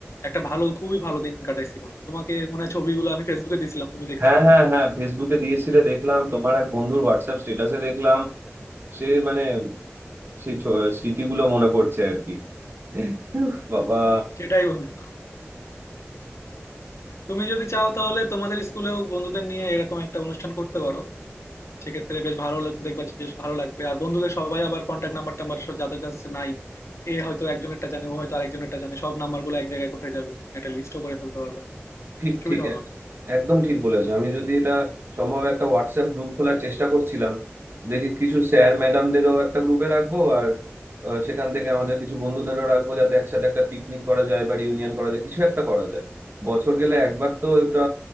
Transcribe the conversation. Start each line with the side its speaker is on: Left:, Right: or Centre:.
Left: একটা ভালো খুবই ভালো দিন কাটাইছি বন্ধু তোমাকে মনে হয় ছবিগুলো আমি ফেসবুকে দিয়েছিলাম তুমি দেখছো
Right: হ্যাঁ
Left: হয়তো
Right: হ্যাঁ হ্যাঁ ফেসবুকে দিয়েছিলে দেখলাম তোমার এক বন্ধুর হোয়াটসঅ্যাপ স্ট্যাটাসে দেখলাম সে মানে সেই ছ- স্মৃতিগুলো মনে পড়ছে আর কি উফ, বাবা
Left: সেটাই বন্ধু তুমি যদি চাও তাহলে তোমাদের স্কুলেও বন্ধুদের নিয়ে এরকম একটা অনুষ্ঠান করতে পারো সেক্ষেত্রে বেশ ভালো লাগ দেখবা যে বেশ ভালো লাগবে। আর বন্ধুদের সবাই আবার কনট্যাক্ট নাম্বার-টাম্বার সব যাদের কাছে নাই, এ হয়তো একজনেরটা জানে, ও হয়তো আরেকজনেরটা জানে। সব নাম্বারগুলো এক জায়গায় হয়ে যাবে। একটা লিস্টও করে ফেলতে পারবা।
Right: ঠিক
Left: সুবিধা
Right: ঠিক
Left: হবে
Right: এক-
Left: অনেক।
Right: একদম ঠিক বলেছো আমি যদি এটা সম্ভব একটা হোয়াটসঅ্যাপ গ্রুপ খোলার চেষ্টা করছিলাম দেখি কিছু স্যার ম্যাডামদেরও একটা গ্রুপে রাখবো আর আহ, সেখান থেকে আমাদের কিছু বন্ধুদেরও রাখবো যাতে একসাথে একটা পিকনিক করা যায় বা ইউনিয়ন করা যায় কিছু একটা করা যায় বছর গেলে একবার তো এটা